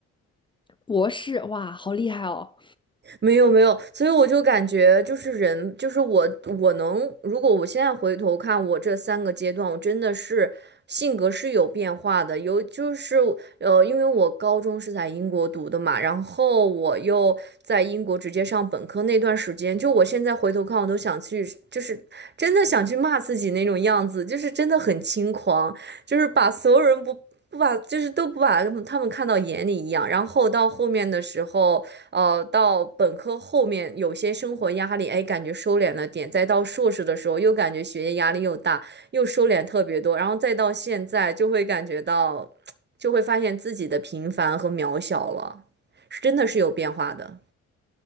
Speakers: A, on the left (about 15°); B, on the right (about 35°).
A: 博士，哇，好厉害哦！
B: 没有没有，所以我就感觉就是人，就是我，我能，如果我现在回头看我这三个阶段，我真的是性格是有变化的，有就是呃，因为我高中是在英国读的嘛，然后我又在英国直接上本科那段时间，就我现在回头看，我都想去，就是真的想去骂自己那种样子，就是真的很轻狂，就是把所有人不。不把，就是都不把他们看到眼里一样，然后到后面的时候。呃，到本科后面有些生活压力，哎，感觉收敛了点；再到硕士的时候，又感觉学业压力又大，又收敛特别多。然后再到现在，就会感觉到，就会发现自己的平凡和渺小了，是真的是有变化的。